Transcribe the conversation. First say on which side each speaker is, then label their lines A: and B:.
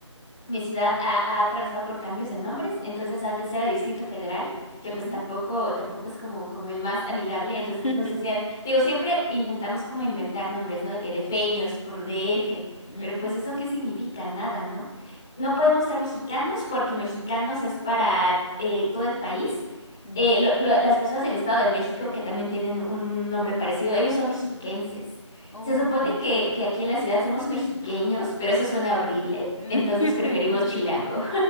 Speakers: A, in the centre; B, on the left (about 85°).
A: mi ciudad ha, ha atravesado por cambios de nombres, entonces antes era Distrito Federal, que
B: ujú.
A: pues tampoco, tampoco es como, como el más amigable,
B: <laughs>
A: entonces nos decían, te digo, siempre intentamos como inventar nombres, ¿no? De que de Feños por d f
B: Ujú,
A: pero pues
B: ujú,
A: eso qué significa, nada, ¿no? No podemos ser mexicanos porque mexicanos es para eh, todo el país.
B: mm.
A: Eh, lo- lo- las personas del Estado de México, que también tienen un nombre parecido, ellos son mexiquenses.
B: Ok.
A: Se supone que, que aquí en la ciudad somos mexiqueños, pero eso suena horrible.
B: Mm.
A: Entonces
B: <laughs>
A: preferimos chilango.